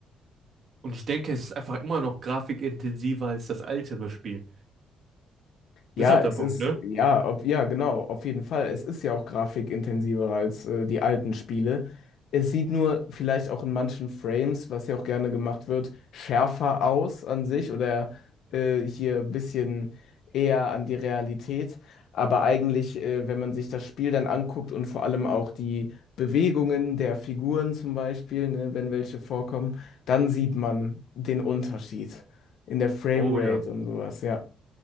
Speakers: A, on the right; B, on the left.
A: und ich denke, es ist einfach immer noch grafikintensiver als das ältere Spiel.
B: Ja,
A: Das ist auch
B: es
A: der Punkt,
B: ist,
A: ne?
B: ja, ob, ja, genau, auf jeden Fall. Es ist ja auch grafikintensiver als äh, die alten Spiele. Es sieht nur vielleicht auch in manchen Frames, was ja auch gerne gemacht wird, schärfer aus an sich oder äh, hier ein bisschen eher an die Realität. Aber eigentlich, äh, wenn man sich das Spiel dann anguckt und vor allem auch die Bewegungen der Figuren zum Beispiel, ne, wenn welche vorkommen, dann sieht man den Unterschied in der Framerate
A: Oh ja.
B: und sowas. Ja,